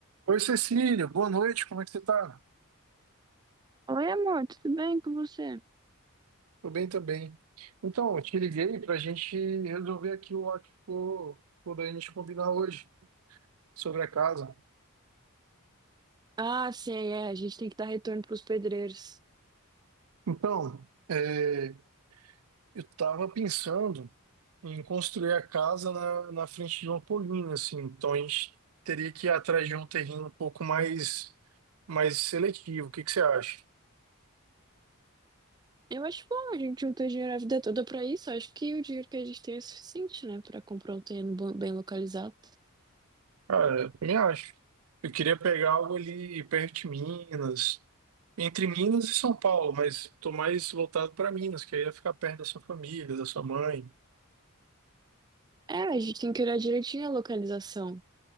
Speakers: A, on the right (about 75°); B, on the right (about 20°).
A: Oi, Cecília, boa noite, como é que você tá?
B: Oi, amor, tudo bem com você?
A: Tô bem também. Então, eu te liguei pra gente resolver aquilo lá que ficou, ficou da gente combinar hoje, sobre a casa.
B: Ah, sim, é. A gente tem que dar retorno pros pedreiros.
A: Então, é, eu tava pensando em construir a casa na, na frente de uma colina, assim, então a gente teria que ir atrás de um terreno um pouco mais, mais seletivo. O que que você acha?
B: Eu acho bom, a gente juntou dinheiro a vida toda pra isso. Acho que o dinheiro que a gente tem é suficiente, né, Pra comprar um terreno bom- bem localizado.
A: Cara, eu também acho. Eu queria pegar algo ali perto de Minas, entre Minas e São Paulo, mas tô mais voltado para Minas, que aí ia ficar perto da sua família, da sua mãe.
B: É, a gente tem que olhar direitinho a localização.